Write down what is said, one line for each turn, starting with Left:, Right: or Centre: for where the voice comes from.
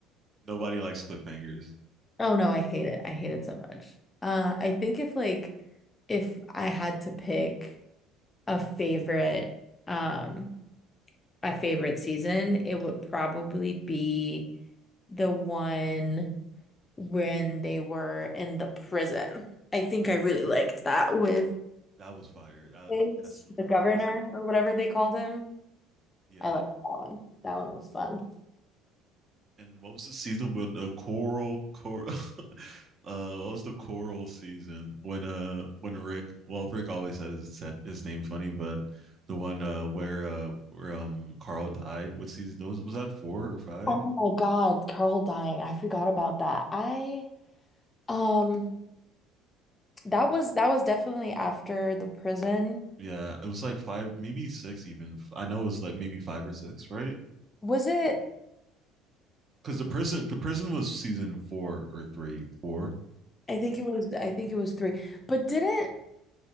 Right: Nobody likes cliffhangers.
Left: Oh no, I hate it. I hate it so much. Uh, I think if like if I had to pick a favorite um a favorite season, it would probably be the one when they were in the prison. I think I really liked that with
Right: Oh, That was fire. That
Left: Biggs,
Right: that's one of
Left: the
Right: my
Left: governor
Right: favorite scenes.
Left: or whatever they called him.
Right: Yeah.
Left: I liked that one. That one was fun.
Right: And what was the season with the coral coral <laughs> uh what was the coral season when uh when Rick well Rick always said his said his name funny, but the one uh where uh where um Carl died, what season those was that four or five?
Left: Oh my God, Carl dying. I forgot about that. I um That was that was definitely after the prison.
Right: Yeah, it was like five, maybe six even. I know it was like maybe five or six, right?
Left: Was it?
Right: Because the prison the prison was season four or three, four.
Left: I think it was I think it was three. But didn't